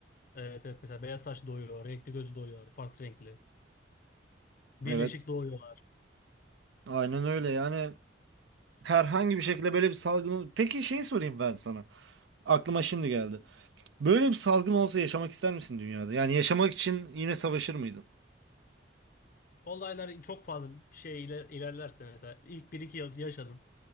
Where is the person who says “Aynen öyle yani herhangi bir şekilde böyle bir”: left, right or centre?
Right